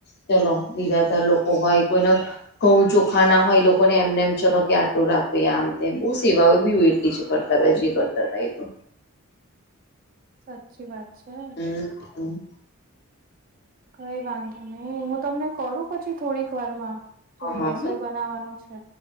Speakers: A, on the left (about 50°); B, on the right (about 40°).
A: ચલો બિરાધર લોકો હોય કોઈને ઘઉં ચોખાના. હ એ લોકોને એમને એમ ચલો કે આટલું રાખે આમ તેમ બહુ સેવાઓ બી હોય એટલી છે કરતા હતાા જે કરતા હતા એ તો.
B: સાચી વાત. છે.
A: હમ હમ.
B: કઈ વાંધી નહી હું તમને કરું પછી થોડીક વારમાં.
A: હ
B: થોડું
A: હા
B: રસોઈ બનાવાનું છે